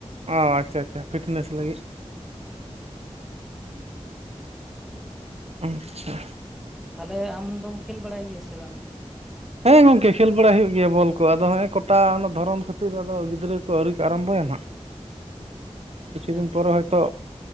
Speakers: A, on the right; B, in the centre.
A: ᱚᱸ, ᱟᱪᱪᱷᱟ-ᱪᱷᱟ, ᱯᱷᱤᱴᱱᱮᱹᱥ ᱞᱟᱹᱜᱤᱫ᱾
B: ᱦᱩᱸ᱾
A: ᱩᱸᱵᱪᱟ᱾
B: ᱛᱟᱞᱮ ᱟᱢ ᱫᱚᱢ ᱠᱷᱮᱹᱞ ᱵᱟᱲᱟᱭ ᱜᱮᱭᱟ ᱥᱮ ᱵᱟᱝ?
A: ᱦᱮᱸᱻ ᱜᱚᱝᱠᱮ, ᱠᱷᱮᱹᱞ ᱵᱟᱲᱟ ᱦᱩᱭᱩᱜ ᱜᱮᱭᱟ ᱵᱚᱞ ᱠᱚ᱾ ᱟᱫᱚ ᱦᱚᱸᱜᱼᱮ ᱠᱚᱴᱟ ᱚᱱᱟ ᱫᱷᱚᱨᱚᱱ ᱠᱷᱟᱹᱛᱤᱨ, ᱟᱫᱚ ᱜᱤᱫᱽᱨᱟᱹ ᱠᱚ ᱟᱹᱣᱨᱤ ᱠᱚ ᱟᱨᱟᱢᱵᱚᱭᱟ ᱱᱷᱟᱜ᱾
B: ᱟᱪᱪᱷᱟ
A: ᱠᱤᱪᱷᱩ ᱫᱤᱱ ᱯᱚᱨᱮ ᱦᱚᱭᱛᱚ